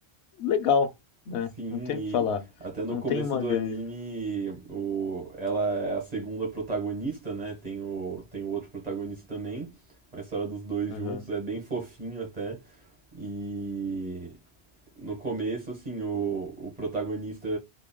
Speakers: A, on the left; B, on the right.
A: legal, né?
B: Sim,
A: Não tem
B: e
A: o que falar.
B: até no
A: Não
B: começo
A: tem uma
B: do
A: grande.
B: anime, o, ela é a segunda protagonista, né? Tem o, tem o outro protagonista também. A história dos dois
A: Aham.
B: juntos é bem fofinho até. E no começo, assim, o, o protagonista